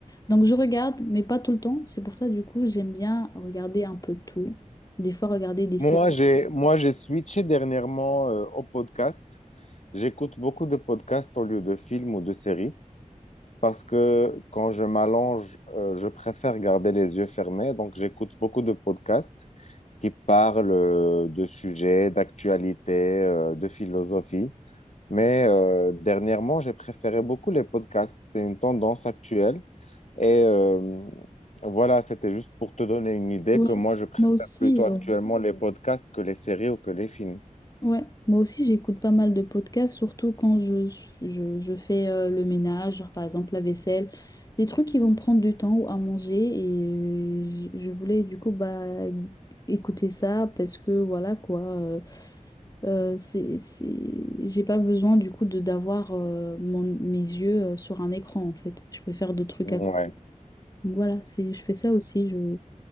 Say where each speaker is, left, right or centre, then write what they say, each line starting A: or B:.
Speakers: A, on the left; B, on the left.
A: Donc je regarde, mais pas tout le temps. C'est pour ça, du coup, j'aime bien regarder un peu tout. Des fois, regarder des séries.
B: Moi, j'ai moi j'ai switché dernièrement euh, au podcast. J'écoute beaucoup de podcasts au lieu de films ou de séries parce que quand je m'allonge, euh, je préfère garder les yeux fermés. Donc, j'écoute beaucoup de podcasts qui parlent euh, de sujets, d'actualité, euh, de philosophie. Mais euh, dernièrement, j'ai préféré beaucoup les podcasts. C'est une tendance actuelle. Et euh, voilà, c'était juste pour te donner une idée
A: Ouais.
B: que moi, je préfère
A: Moi aussi,
B: plutôt actuellement
A: euh,
B: les podcasts que les séries ou que les films.
A: Ouais, moi aussi j'écoute pas mal de podcasts, surtout quand je, je, je fais euh, le ménage, genre par exemple la vaisselle, des trucs qui vont me prendre du temps ou à manger. Et je, je voulais du coup bah, écouter ça parce que voilà quoi, euh, euh, c'est, c'est... j'ai pas besoin du coup de d'avoir euh, mon, mes yeux euh, sur un écran en fait. Je peux faire d'autres trucs
B: Ouais.
A: à côté. Donc voilà, c'est, je fais ça aussi. Je...